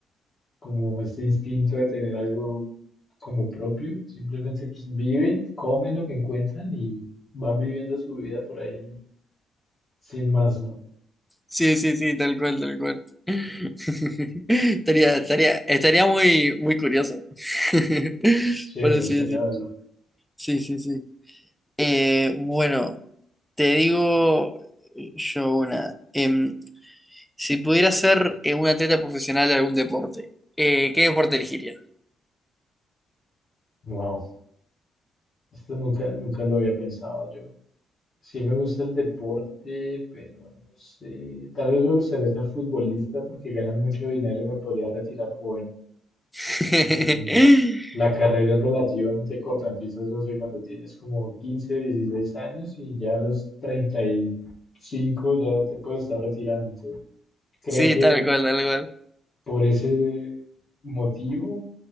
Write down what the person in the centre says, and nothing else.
Sí, sí, sí, tal cual, tal cual. <laughs> Estaría, estaría, estaría muy, muy curioso. <laughs>
Por
así
decir.
Sí, sí, sí. Eh, bueno, te digo eh, yo una. Em, si pudiera ser eh, un atleta profesional de algún deporte, eh, ¿qué deporte elegiría?
<laughs>
Sí,
tal cual, tal cual.